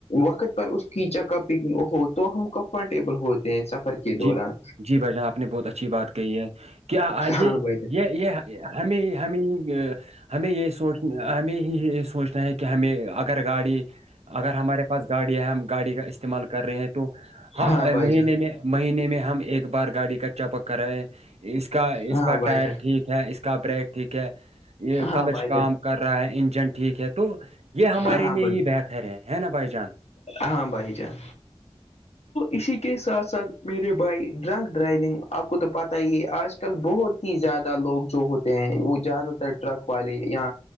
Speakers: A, on the left; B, on the right.
A: وقت پر اس کچا کا پکن ہو تو ہم کمفرٹیبل ہوتے ہیں سفر کے دوران
B: جی جی بھائی جان آپ نے بہت اچھی بات کہی ہے کیا یہ
A: ہاں بھائی جان
B: یہ یہ ہمیں ہی ہمیں ہی ہمیں یہی سوچ ہمیں ہی یہ سوچ ہیں کہ ہمیں اگر گاڑی اگر ہمارے پاس گاڑی ہے ہم گاڑی کا اس استعمال کر رہے ہیں تو ہ
A: ہاں بھائی
B: مہینے
A: جان
B: میں مہینے میں ہم ایک بار گاڑی کا چپک کرائے ہیں اس کا اس
A: ہاں
B: کا ٹائر
A: بھائی جان
B: ٹھیک ہے اس کا بریک ٹھیک ہے یہ کلچ
A: ہاں بھائی
B: کام
A: جان
B: کر رہا ہے انجن ٹھیک ہے تو یہ ہمارے
A: ہاں
B: لیے
A: بھائی
B: ہی
A: جان
B: بیٹھر ہے ہے نا بھائی جان
A: ہاں بھائی جان اسی کے ساتھ ساتھ میرے بھائی ڈرنک ڈرائیونگ آپ کو تو پتہ ہی ہے آج آج کل بہت ہی زیادہ لوگ جو ہوتے ہیں وہ زیادہ تر ٹرک والے یا